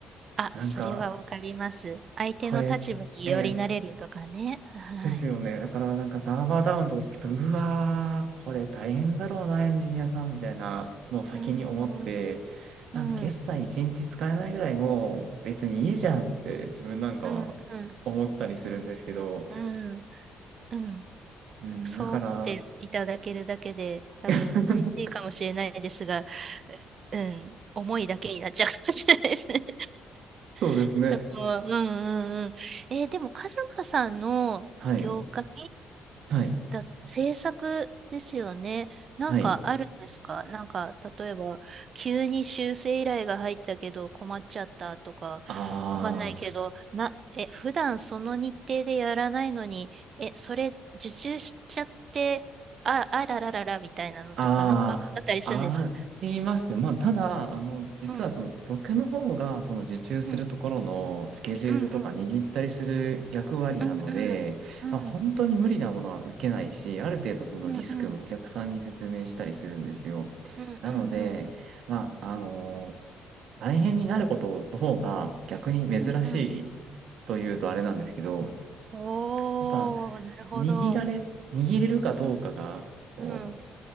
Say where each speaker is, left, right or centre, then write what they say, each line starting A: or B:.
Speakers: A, on the right; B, on the right.
A: あ、
B: なんか、
A: それはわかります。相手の立場によりなれるとかね。
B: これ、え
A: はい。
B: ですよね。だからなんかサーバーダウンとか聞くと、うわー、これ大変だろうな、エンジニアさんみたいなのを先に思って、
A: うん、う
B: なんか決済一日使えないぐらいもう別にいいじゃんって自分なんかは思ったりするんですけど、
A: ん、うん、うん、うん、うん。うん
B: うん、
A: そう思っていただけるだけで、
B: だから、
A: 多分嬉しいかもしれないですが、
B: <laughs>
A: ううん、思いだけになっちゃうかもしれないですね。
B: そうですね。
A: <laughs> もう、うん、うん、うん。えーでも、カズマさんの業界
B: はい。はい。
A: だ、制作ですよね。なんかあるんですかなんか、
B: はい。
A: 例えば、急に修正依頼が入ったけど困っちゃったとか、
B: ああ。
A: わかんないけど、な、え、普段その日程でやらないのに、え、それ受注しちゃって、あ、あららららみたいなのとか、
B: ああ、
A: なんかあったりするんですか
B: ありますよ。まあ、ただ、あの、実はその、
A: うん、
B: 僕の方が、その受注するところのスケジュールとか握ったりする役割なので、
A: うん、うん、うん、うん、うん、うん、
B: まあ、本当に無理なものは受けないし、ある程度そのリスクもお客さんに説明したりするんですよ。
A: うん、うん、うん、
B: なので、
A: うん、うん、
B: まあ、あの、大変になることの方が逆に珍しいというとあれなんですけど、
A: うん、うん。おー、
B: やっぱ、
A: なるほど。
B: 握られ、握れるかどうかが、
A: うん、
B: こ
A: うん。